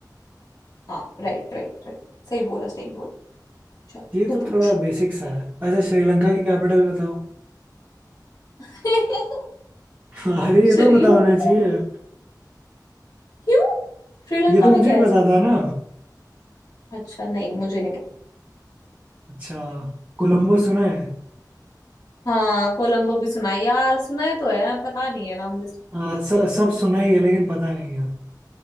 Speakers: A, on the left; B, on the right.
A: हाँ राइट राइट राइट सही बोला सही बोला चल
B: ये
A: तू
B: तो
A: पूछ
B: थोड़ा बेसिक सा है अच्छा श्रीलंका की कैपिटल बताओ
A: <laughs>
B: <laughs> अरे ये
A: श्रीलंका
B: तो पता होना चाहिए
A: क्यों श्रीलंका
B: ये तो
A: में
B: मुझे
A: क्या
B: ही
A: है ऐसा
B: पता था ना
A: अच्छा नहीं मुझे नहीं
B: अच्छा कोलंबो सुना है
A: हाँ कोलंबो भी सुना है यार सुना है तो है पता नहीं है नाम जिस-
B: हाँ स- सब सुना ही है लेकिन पता नहीं है